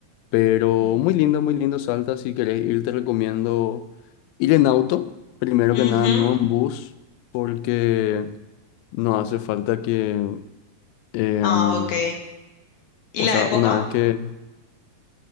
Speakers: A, on the left; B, on the left.
A: Pero
B: Mm,
A: muy lindo, muy lindo Salta. Si querés ir, te recomiendo ir en auto, primero que
B: Ujú.
A: nada, no en bus, porque no hace falta que, em,
B: Ah, ok. ¿Y
A: o
B: la
A: sea,
B: época?
A: una vez que